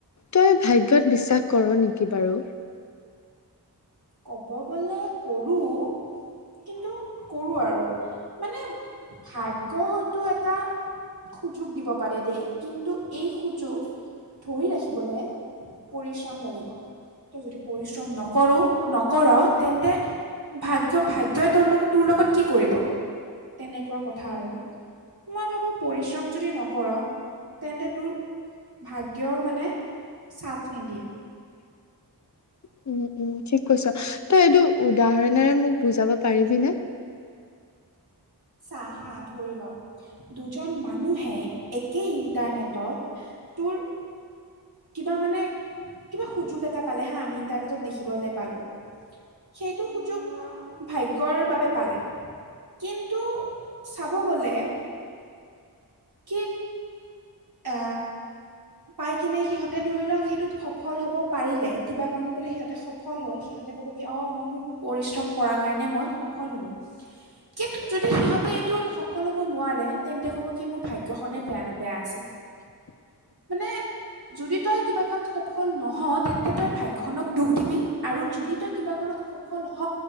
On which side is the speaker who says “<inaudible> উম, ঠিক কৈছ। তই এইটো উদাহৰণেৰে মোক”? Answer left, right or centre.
Left